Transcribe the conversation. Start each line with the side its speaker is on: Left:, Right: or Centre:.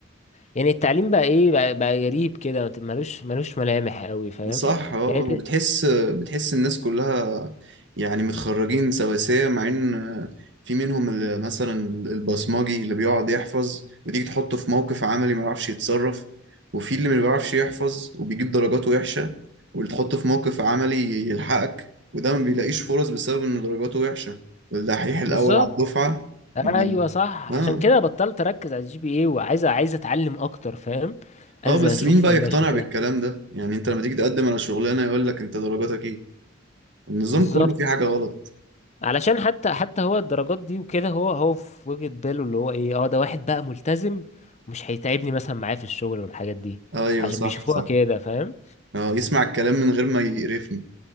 Left: يعني التعليم بقى ايه بقى, بقى غريب كده مت- ملوش ملوش ملامح قوي فاهم
Right: صح اه
Left: يعني انت
Right: وبتحس بتحس الناس كلها يعني متخرجين سواسية مع ان في منهم اللي مثلا البصماجي اللي بيقعد يحفظ وتيجي تحطه في موقف عملي ما يعرفش يتصرف وفي اللي ما بيعرفش يحفظ وبيجيب درجات وحشة واللي تحطه في موقف عملي يلحقك وده ما بيلاقيش فرص بسبب ان درجاته وحشة والدحيح الأول
Left: بالظبط
Right: على الدفعة
Left: ايوه
Right: بي...
Left: صح
Right: اه
Left: عشان كده بطلت اركز على الجي بي اي وعايز عايز اتعلم اكتر فاهم
Right: اه
Left: انزل
Right: بس
Left: اشوف
Right: مين بقى
Left: ورش
Right: يقتنع
Left: بتاع
Right: بالكلام ده يعني انت لما تيجي تقدم على شغلانة يقول لك انت درجاتك ايه النظام
Left: بالظبط
Right: كله فيه حاجة غلط
Left: علشان حتى حتى هو الدرجات دي وكده هو هو في وجهة باله اللي هو ايه اه ده واحد بقى ملتزم ومش هيتعبني مثلا معاه في الشغل والحاجات دي
Right: ايوه
Left: عشان
Right: صح
Left: بيشوفوها
Right: صح
Left: كده فاهم
Right: اه يسمع الكلام من غير ما يقرفني